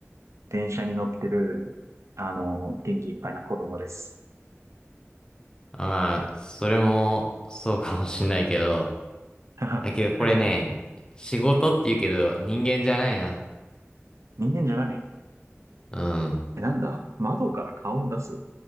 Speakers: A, on the right; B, on the left.
A: 電車に乗ってる、あの、元気いっぱいな子供です。
B: あまあ、それもそうかもしんないけど。
A: <laughs>
B: だけどこれね、仕事って言うけど人間じゃないな。
A: 人間じゃない。
B: うん。
A: え、なんだ窓から顔を出す